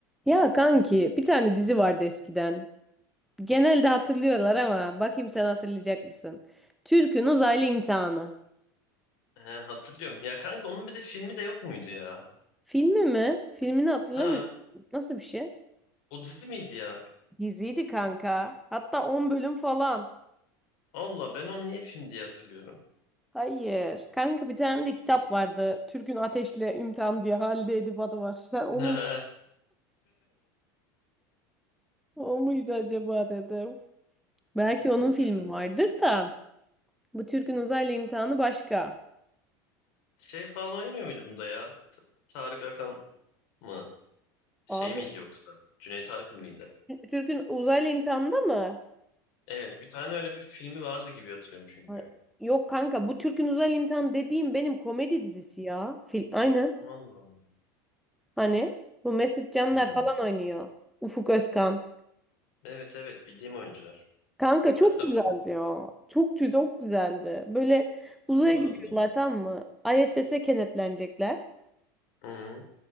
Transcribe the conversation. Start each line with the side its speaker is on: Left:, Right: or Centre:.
Centre: Ya kanki bir tane dizi vardı eskiden. Genelde hatırlıyorlar ama bakayım sen hatırlayacak mısın? Türk'ün Uzaylı İmtihanı.
Left: He, hatırlıyorum. Ya kanka onun bir de filmi de yok muydu ya?
Centre: Filmi mi? Filmini hatırlamıyorum.
Left: Ha,
Centre: Nasıl bir şey?
Left: o dizi miydi ya?
Centre: Diziydi kanka. Hatta 10 bölüm falan.
Left: Allah ben onu niye film diye hatırlıyorum.
Centre: Hayır. Kanka bir tane de kitap vardı. Türk'ün Ateşle İmtihan diye Halide Edip adı var. <laughs> Sen onu
Left: <laughs>
Centre: mu? O muydu acaba dedim. Belki
Left: Yok
Centre: onun filmi
Left: ya.
Centre: vardır da. Bu Türk'ün Uzaylı İmtihanı başka.
Left: Şey falan oynamıyor muydu bunda ya? T- Tarık Akan mı? Şey
Centre: Abi
Left: miydi yoksa? Cüneyt Arkın mıydı?
Centre: Türk'ün Uzaylı İmtihanı'nda mı?
Left: Evet, bir tane öyle bir filmi vardı gibi hatırlıyorum çünkü.
Centre: Ha, Yok kanka bu Türk'ün Özel imtihanı dediğim benim komedi dizisi ya. Fil, aynen.
Left: Allah Allah.
Centre: Hani bu Mesut Canlar
Left: Hmm.
Centre: falan oynuyor. Ufuk Özkan.
Left: Evet evet bildiğim oyuncular.
Centre: Kanka çok
Left: Hatta
Centre: güzeldi ya. Çok güzel, çok güzeldi. Böyle uzaya
Left: Allah
Centre: gidiyorlar
Left: Allah.
Centre: tamam mı? ISS'e kenetlenecekler.
Left: Hı.